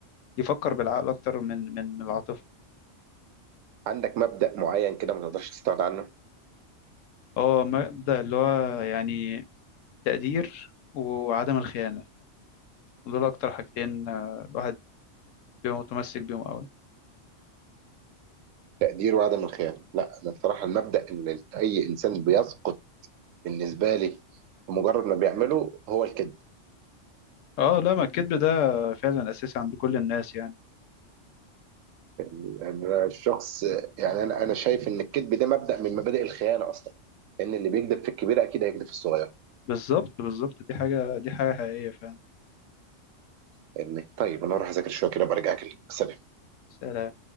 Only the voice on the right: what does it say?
عندك مبدأ معيّن كده ما تقدرش تستغنى عنه؟
تقدير وعدم الخيانة لا أنا بصراحة المبدأ اللي أي إنسان بيسقط بالنسبة لي بمجرد ما بيعمله هو الكذب
يعني أنا الشخص يعني أنا أنا شايف إن الكذب ده مبدأ من مبادئ الخيانة أصلا إن اللي بيكذب في الكبيرة أكيد هيكذب في الصغيرة
يعني طيب أنا هروح أذاكر شوية كده أبقى أرجع أكلمك سلام